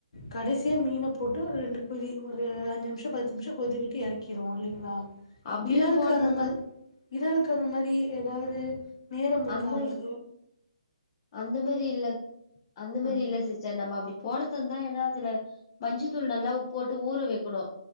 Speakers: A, on the left; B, on the left.
A: கடைசியாக மீனை போட்டு ஒரு ரெண்டு கொதி ஒரு அஞ்சு நிமிஷம் பத்து நிமிஷம் கொதி விட்டு இறக்கிடுவோம் இல்லைங்களா
B: அப்டியும்
A: இறால்க்கு
B: போடுதாந்தா
A: அந்தமா இறாலுக்கு அந்த மாரி ஏதாவது நேரம் இருக்கா
B: அந்த
A: இ
B: அந்த மெரி இல்ல அந்த மெரி
A: ம்
B: இல்ல சிஸ்டர் நம்ம அப் அப்படி போட்றதா இருந்தா ஏன்னா அதுல மஞ்சு தூள் நல்லா போட்டு ஊற வைக்கணும்